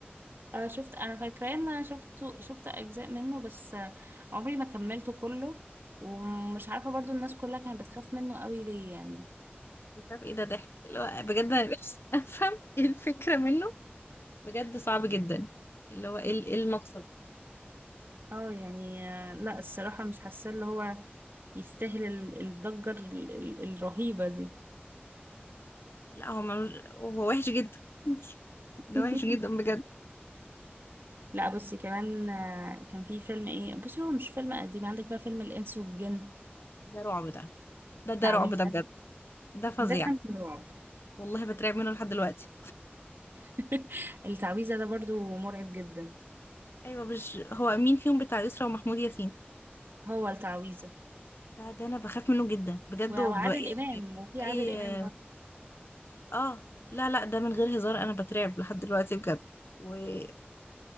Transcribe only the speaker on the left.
مش عارف ايه ده ضحك اللي هو بجد انا نفسي <laughs> افهم ايه الفكره منه بجد صعب جدا اللي هو ايه إيه المقصد
لا هو ملوش- هو وحش جدا <laughs>
ده وحش جدا بجد
ده رعب ده ده ده
رعب ده بجد ده فظيع
والله بترعب منه لحد دلوقتي
ايوه مش هو مين فيهم بتاع يسرا ومحمود ياسين
ده ده انا بخاف منه جدا بجد
وب... يعني
اي
اه لا لا ده من غير هزار انا بترعب لحد دلوقتي بجد ويعني